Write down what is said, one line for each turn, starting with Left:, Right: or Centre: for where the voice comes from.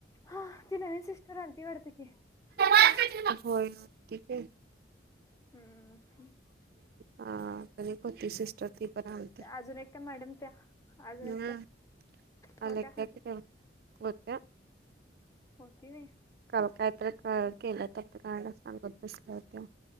Left: हा ती नवीन सिस्टर आलती वाढतं की,
Right: <inaudible> होय ठीक हे.
Left: हम्म हम्म.
Right: हा एक होती सिस्टर ती पण आलती.
Left: अजून एकट्या मॅडम त्या अजून
Right: हम्म.
Left: एकट्या होत्या
Right: आलत्या
Left: काय
Right: की त्या होत्या.
Left: होती व्हय?
Right: काल काही तर केल्यात वाढत ते कांड सांगत बसल्या होत्या.